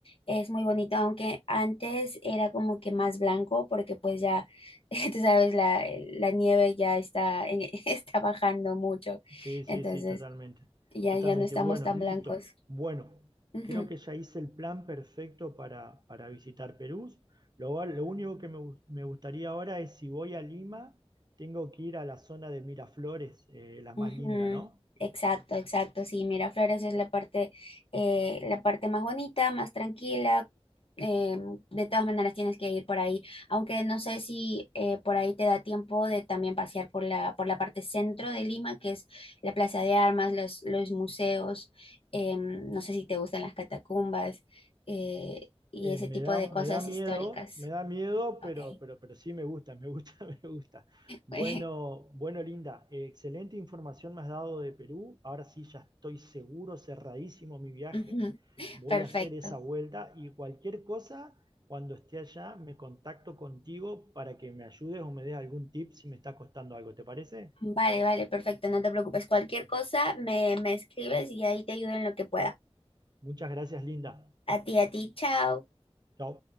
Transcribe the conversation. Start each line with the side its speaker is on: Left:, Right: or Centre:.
Left: es muy bonito, aunque antes era como que más blanco porque pues ya, <laughs> tú sabes, la, la nieve ya está, en- <laughs> está bajando mucho,
Right: Sí, sí,
Left: entonces
Right: sí, totalmente.
Left: ya,
Right: Totalmente.
Left: ya no estamos
Right: Bueno,
Left: tan
Right: listo.
Left: blancos.
Right: Bueno,
Left: Ujú.
Right: creo que ya hice el plan perfecto para, para visitar Perú. Lo, va- lo único que me, gus- me gustaría ahora es si voy a Lima, tengo que ir a la zona de Miraflores, eh, la
Left: Ujú,
Right: más linda, ¿no?
Left: Exacto, exacto. Sí, Miraflores es la parte, eh, la parte más bonita, más tranquila. eh, de todas maneras tienes que ir por ahí, aunque no sé si eh, por ahí te da tiempo de también pasear por la, por la parte centro de Lima, que es la Plaza de Armas, los, los museos, em, no sé si te gustan las catacumbas eh, y
Right: Eh,
Left: ese
Right: me
Left: tipo
Right: da,
Left: de
Right: me
Left: cosas
Right: da miedo,
Left: históricas.
Right: me da miedo, pero,
Left: Ok.
Right: pero, pero sí me gusta, me gusta, <laughs> me gusta. Bueno,
Left: <laughs>
Right: bueno, Linda, eh, excelente información me has dado de Perú. Ahora sí ya estoy seguro, cerradísimo mi viaje.
Left: Ujú,
Right: Voy
Left: Perfecto.
Right: a hacer esa vuelta y cualquier cosa, cuando esté allá, me contacto contigo para que me ayudes o me des algún tip si me está costando algo. ¿Te parece?
Left: Vale, vale, perfecto, no te preocupes. Cualquier cosa me, me escribes y ahí te ayudo en lo que pueda.
Right: Muchas gracias, Linda.
Left: A ti, a ti, chao.
Right: Chao.